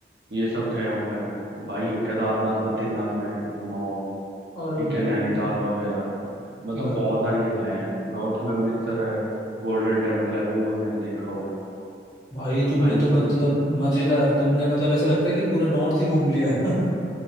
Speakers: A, on the right; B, on the left.
A: ये सब गया हूँ मैं भाई केदारनाथ बद्रीनाथ में घुमा हुआ हूँ
B: और
A: ठीक
B: भाई
A: है नैनीताल
B: ग,
A: वगैरह मतलब
B: ग,
A: बहुत सारी जगहें हैं नॉर्थ में अमृतसर है गोल्डन टेम्पल है वो वो मैंने देखा हुआ है
B: भाई तुमने
A: भाई
B: तो
A: मतलब
B: मतलब मजेदार तुमने मतलब ऐसे लगता है कि पूरा नॉर्थ ही घूम लिया <laughs>